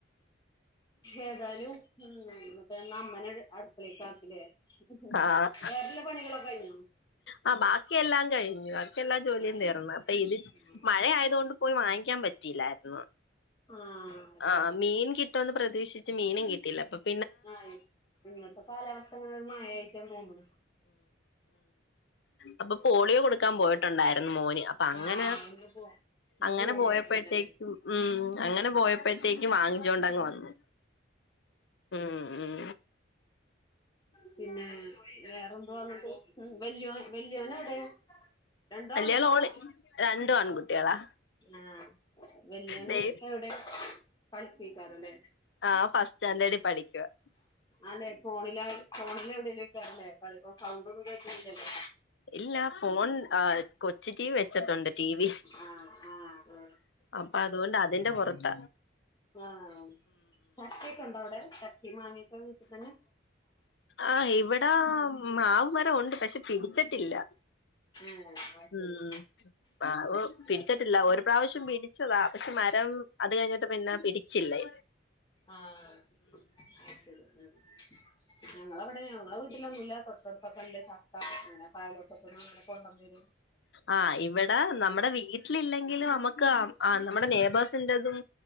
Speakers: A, on the left; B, on the left.
A: ഏതായാലും ഉം പേ ഇന്നഅമ്മനേ അടുക്കലയിലേക്ക് ആക്കി വേറെയുള്ള
B: ആഹ്
A: ജോലികൾ എല്ലാം കഴിഞ്ഞോ
B: ആഹ് ബാക്കിയെല്ലാം കഴിഞ്ഞു ബാക്കിയെല്ലാ ജോലിയും
A: ആഹ്
B: തീർന്ന് അപ്പയിത്
A: ഉം
B: മഴയായതു കൊണ്ട് പോയി വാങ്ങിക്കാൻ പറ്റിയില്ലായിരുന്നു
A: ആഹ് ശരി
B: ആഹ് മീൻ കിട്ടുവെന്ന് പ്രതീക്ഷിച്ച് മീനും കിട്ടിയില്ല അപ്പൊപ്‌
A: ആയി ഇന്നത്ത കാലാവസ്ഥ ഇങ്ങനനേണ് മഴേക്കേണെന്ന് തോന്നുന്നു
B: അപ്പ പോളിയോ കൊടുക്കാൻ പോയിട്ടൊണ്ടായിരുന്ന് മോന് അപ്പ അങ്ങന
A: ആഹ് ഇന്ന് പോ ഇന്ന്
B: അങ്ങന
A: പോളിണ്ടല്ലല്ലേ
B: പോയപ്പഴത്തേക്കും ഉം അങ്ങനെ പോയപ്‌ പ്പഴത്തേക്കും വാങ്ങിച്ചോണ്ടങ്ങ് വന്ന് ഉം ഉം
A: പിന്നേ വേറെന്തു വന്നിട്ട് ഉം വല്ല്യോൻ വല്ല്യോനെവിടേ രണ്ടും
B: വല്യാള്
A: ആൺകുട്ടികളാ
B: ഓള് രണ്ടും ആൺകുട്ടികളാ
A: ആഹ് വെല്ല്യോന്
B: ദേ
A: ഇപ്പോ എവിടെ കളിപ്പിക്കാരോല്ലേ
B: ആ ഫസ്റ്റ് സ്റ്റാൻഡേർഡിൽ പഠിക്കുവാ
A: ആല്ലേ ഫോണിലാണ് ഫോണിലെവിടേലൊക്കാറല്ലേ കളീപ്പോ സൗണ്ടൊന്നും കേക്ക്ണില്ലല്ലോ
B: ഇല്ല ഫോൺ ആ കൊച്ചു റ്റീ വി വച്ചിട്ടുണ്ട് ടി വി
A: ആഹ് ആഹ്
B: അപ്പൊ അതുകൊണ്ട് അതിന്റെ പുറത്ത
A: ആഹ് ചക്കയൊക്കെണ്ടോ അവടെ ചക്കേം മാങ്ങിയൊക്കെ വീട്ട്ത്തന്നെ
B: ആഹ് ഇവിടെ മാവ് മരം ഉണ്ട് പക്ഷെ പിടിച്ച് ഇല്ല
A: ഏഹ് അത്
B: ഉം
A: ശരി
B: ഉം അ ഒ
A: ആഹ്
B: പിടിച്ചിട്ടില്ല ഒരു പ്രാവശ്യം പിടിച്ചതാ പക്ഷെ മരം അത് കഴിഞ്ഞിട്ട് പിന്നാ പി ടിച്ചില്ലേ
A: ആഹ് അത് ശരി ആഹ് ഞങ്ങളെവടെ ഞങ്ങളെ വീട്ടിലൊന്നുല്ല കൊറച്ച് ഇപ്പക്ക്ണ്ട് ചക്ക അങ്ങനെ പാലോട്ത്ത്ത്ത്ന്ന്ങ്ങനെ കൊണ്ടേന്നെരും.
B: ആഹ് ഇവിടെ നമ്മടെ വീട്ടിലില്ലെങ്കിലും നമുക്ക് ആഹ് നമ്മുടെ നേബേഴ്സിന്റെതും